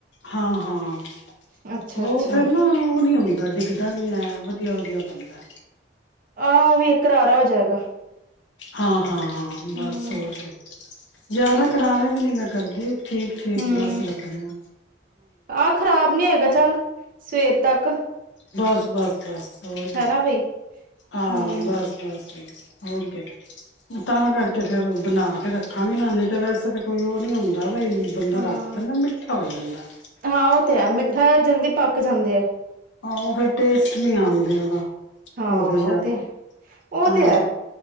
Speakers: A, on the left; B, on the right.
A: ਹਾਂ, ਹਾਂ
B: ਐ। ਅੱਛਾ-ਅੱਛਾ,
A: ਉਹ ਫਿਰ ਨਾ ਉਹ ਨੀ ਹੁੰਦਾ ਡਿਗ ਏਦਾਂ ਨੀ ਐ, ਵਧੀਆ ਵਧੀਆ ਬਨਦਾ ਐ।
B: ਆ, ਉਹ ਵੀ ਇੱਕ ਕਰਰਾ ਹੋ ਜਾਏਗਾ।
A: ਹਾਂ। ਹਾਂ, ਹਾਂ
B: ਹੂੰ,
A: ਬੱਸ ਹੋਰ ਕੇ। ਜਿਆਦਾ
B: ਉਹ
A: ਕਰਾਰਾ ਵੀ ਨੀ ਮੈਂ ਕਰਦੇ। ਠੀਕ ਠੀਕ
B: ਹੂੰ,
A: ਬੱਸ ਰੱਖਣੇ ਆ।
B: ਆਹ ਖ਼ਰਾਬ ਨੀ ਹੈਗਾ ਚੱਲ ਸਵੇਰ ਤੱਕ।
A: ਬੱਸ, ਬੱਸ, ਬੱਸ। ਹੋਰਕੇ
B: ਹੈਨਾ ਬਈ ਹੂੰ,
A: ਹਾਂ, ਬੱਸ-ਬੱਸ ਬੱਸ। ਹੋਰ ਕੇ। ਤਾਂ ਕਰਕੇ ਫੇਰ ਬਨਾ ਫਿਰ ਰੱਖਾਂ ਵੀ ਨਾ ਨੇ ਤੇ ਵੈਸੇ ਤਾਂ ਕੋਈ ਉਹ ਨਹੀਂ ਹੁੰਦਾ। ਬਈ ਬੰਦਾ
B: ਹਾਂ,
A: ਰੱਖ ਦਿੰਦਾ ਮਿੱਠਾ ਹੋ ਜਾਂਦਾ
B: ਹਾਂ ਉਹ
A: ਹੋ।
B: ਤੇ ਹੈ ਮਿੱਠਾ ਜਲਦੀ ਪੱਕ ਜਾਂਦੇ ਆ
A: ਆਹੋ ਫਿਰ ਟੇਸਟ ਨਹੀਂ ਆਂਦੇ ਉਹਦਾ।
B: ਹਾਂ
A: ਉਹੋ ਜਿਹਾ
B: ਉਹ ਤੇ ਹ, ਉਹ
A: ਹਾਂ
B: ਤੇ ਹੈ,